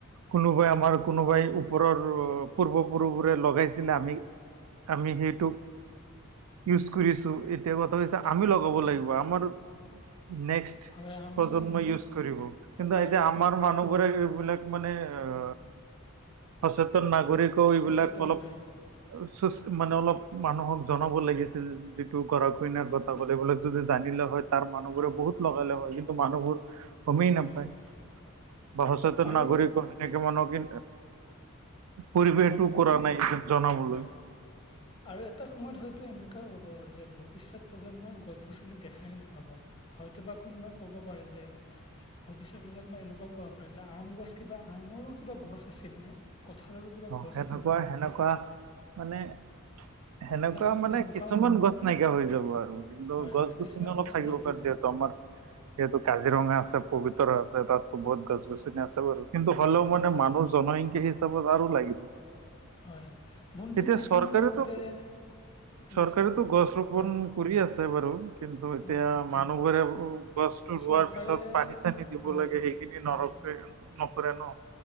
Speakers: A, on the right; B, on the left.
A: কোনোবাই আমাৰ কোনোবাই ওপৰৰ, পূৰ্বপুৰুবোৰে লগাইছিলে, আমি আমি সেইটোক। ইউজ কৰিছোঁ এতিয়া কথা হৈছে
B: হয়
A: আমি লগাব লাগিব, আমাৰ নেক্সট,
B: হয় আমি
A: প্ৰজন্মৰ ইউচ কৰিব, কিন্তু
B: হয়
A: এতিয়া আমাৰ
B: অ
A: মানুহ <unintelligible> এইবিলাক মানে অ সচেতন নাগৰিকও এইবিলাক
B: সচেতন
A: অলপ,
B: নাই
A: চুচ মানে অলপ মানুহক জনাব লাগিছিল, যিটো গৰত কৰা কইনাৰ কথা পাতিবলে যদি জানিলো হয় তাৰ মানুহবোৰে বহুত লগালে হয় কিন্তু মানুহবোৰ, গমেই নাপায়,
B: হয় হয়
A: বা সচেতন
B: আৰু
A: নাগৰিক ত' সেনেকে মানুহ কি, পৰিৱেশটো
B: আৰু ভৱি
A: কৰা নাই এই জনাবলৈ।
B: হয় আৰু এটা সময়ত হয়তো এনেকুৱাও হ'ব যে ভৱিষ্যত প্ৰজন্মই গছ গছনি দেখাই নাপাব। হয়তো বা কোনোবাই ক'ব পাৰে যে ভৱিষ্যত প্ৰজন্মই এনেকুৱাও ক'ব পাৰে যে আম গছ কিবা, আমৰো কিবা গছ আছিল নে? কঁঠালৰো কিবা
A: অ',
B: গছ
A: সেনেকুৱা,
B: আছিল নে
A: সেনেকুৱা মানে- সেনেকুৱা
B: এটা সময়ত
A: মানে
B: এনেকুৱাও
A: কিছুমান গছ নাইকিয়া হৈ যাব আৰু, কিন্তু
B: হয়
A: গছ
B: হয় কিছুমান
A: গছনি অলপ
B: গছ
A: থাকিব
B: নাইকিয়া
A: কাৰ্যত
B: হৈ যাওঁ
A: ত' আমাৰ যিহেতু কাজিৰঙা আছে পবিতৰা আছে তাত বহুত গছ গছনি আছে বাৰু, কিন্তু হ'লেও
B: হয়
A: মানে মানুহ জনসংখ্যা হিচাপত আৰু লাগিব।
B: হয় বন্ধু
A: এতিয়া
B: কেইদিনমান
A: চৰকাৰেতো,
B: আগতে শুনাচোন
A: চৰকাৰেতো
B: বন্ধু
A: গছ ৰোপন
B: হয় কোৱা
A: কৰি আ ছে বাৰু কিন্তু এতিয়া
B: হয়
A: মানুহৰে গছটো
B: চৰকাৰে
A: ৰোৱাৰ পিছত পানী পানী দিব
B: হয়
A: লাগে সেইখিনি নৰকে
B: হয়
A: নকৰে ন'?